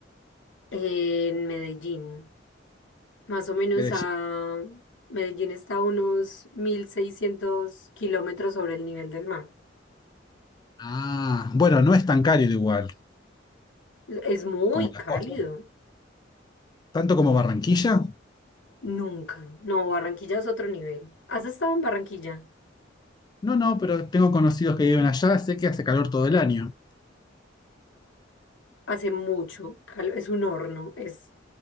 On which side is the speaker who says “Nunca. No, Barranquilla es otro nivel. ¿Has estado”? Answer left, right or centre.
Left